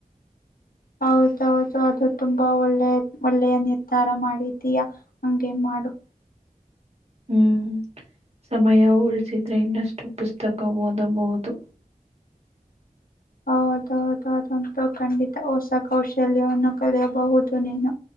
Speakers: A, on the left; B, on the right.
A: ಹೌದೌದು ಅದು ತುಂಬಾ ಒಳ್ಳೆ ಒಳ್ಳೆಯ ನಿರ್ಧಾರ ಮಾಡಿದ್ದೀಯಾ ಹಗೆ ಮಾಡಡು
B: ಹ್ಮ್ ಸಮಯ ಉಳಿಸಿದ್ರೆ ಇನ್ನಷ್ಟು ಪುಸ್ತಕ ಓದಬಹುದು
A: ಹಾ ಅ ಅ ಖಂಡಿತ ಹೊಸ ಕೌಶಲ್ಯವನ್ನು ಕಲಿಯಬಹುದು ನೀನು